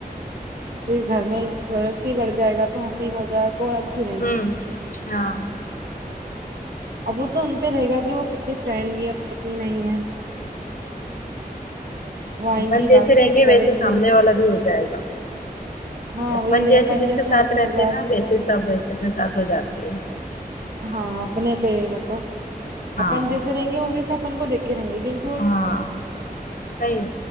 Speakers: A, on the right; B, on the left.
A: پھر گھر میں سسیی بڑھ جائے گا تو ہنسی مذاق کو اور اچھی رہے
B: ہوں
A: گی
B: ہاں
A: اب وہ تو ان پہ رہے گا کہ وہ کتنی فرینڈلی ہے کتنی نہیں ہے وہ آئیں
B: اپن
A: گی
B: جیسے
A: بات
B: رہیں
A: چیت
B: گے
A: کریں
B: ویسے سامنے
A: گے
B: والا بھی ہو جائے گا
A: ہاں
B: اپن
A: وہی
B: جیسے
A: ہے
B: جس کے ساتھ
A: ہنسی
B: رہتے
A: مذاق
B: ہیں نا ویسے سب ویسے اپنے ساتھ ہو جاتے ہیں
A: ہاں اپنے پے ہے وہ تو
B: ہاں
A: اپن جیسے رہیں گے وہ ویسے اپن کو دیکھ کے رہیں گے کیوں
B: ہاں صحیح